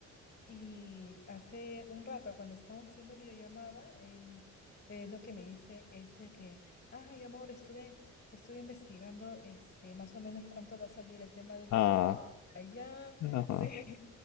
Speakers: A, on the left (about 35°); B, on the left (about 70°).
A: y hace un rato, cuando estábamos haciendo videollamada, él eh, lo que me dice es de que, ay, amor, estuve, estuve investigando este, más o menos cuánto va a salir el tema de los
B: Ah,
A: hoteles allá. <laughs>
B: ajá.
A: Sí,
B: Sí.